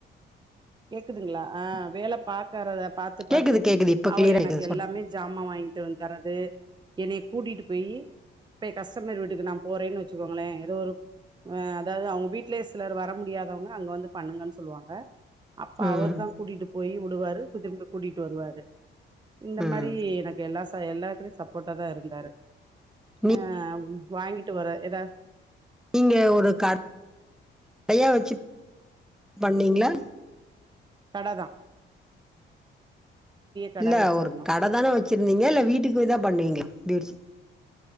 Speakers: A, on the right; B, in the centre.
A: கேக்குதுங்ளா ஆ வேல பாக்கறத பாத்து
B: கேக்குது
A: பாத்து
B: கேக்குது இப்ப
A: அவர்
B: கிளியரா
A: எனக்கு
B: கேக்குது சொல்லுங்க
A: எல்லாமே ஜாமா வாங்கிட்டுவந் தரது என்னய கூட்டிட்டு போயி போய் கஸ்டமர் வீட்டுக்கு நா போறேன்னு வச்சுக்கோங்களே எதோ ஒரு ஆ அதாவுது அவுங் வீட்லயே சிலர் வர முடியாதவுங்க அங்க வந்து பண்ணுங்கன் சொல்வாங்க அப்ப
B: ம்
A: அவர் தா கூட்டிட்டு போயி உடுவாரு கு திரும்ப கூட்டிட்டு வருவாரு இந்த
B: ம்
A: மாரி எனக்கு எல்லா டா எல்லாத்துலய் சப்போட்டாதா இருந்தாரு
B: நீ
A: ஆ ம் வாங்கிட்டு வர எதா
B: நீங்க ஒரு கடையா வச்சி பண்ணிங்ளா?
A: கடதா கட
B: இல்ல
A: வச்சிருந்தோ
B: ஒரு கடதான வச்சிருந்தீங்க இல்ல வீட்டுக்கு போய் தா பண்ணிங்ளா பியூட்டிச